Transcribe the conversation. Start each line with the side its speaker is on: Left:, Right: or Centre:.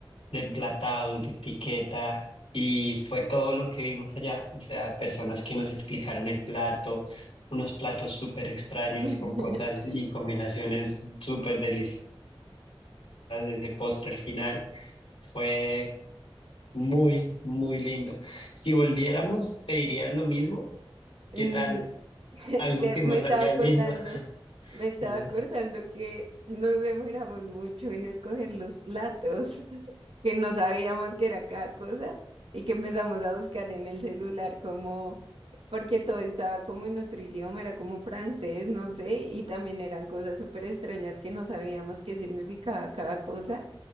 Left: de emplatado, de etiqueta, y fue todo lo que vimos allá. O sea, personas que nos explicaron el plato, unos platos súper extraños
Right: <laughs>
Left: con cosas y combinaciones súper deliciosas, ese postre al final fue muy, muy lindo. Si volviéramos, te diría lo mismo.
Right: Mm,
Left: ¿Qué tal?
Right: <laughs>
Left: Algo
Right: te-
Left: que
Right: me
Left: no salga
Right: estaba acordando,
Left: lindo. <laughs>
Right: me estaba
Left: Dime.
Right: acordando que nos demoramos mucho en escoger los platos. <laughs> que no sabíamos que era cada cosa y que empezamos a buscar en el celular como, porque todo estaba como en otro idioma, era como francés, no sé, y también eran cosas súper extrañas que no sabíamos qué significaba cada cosa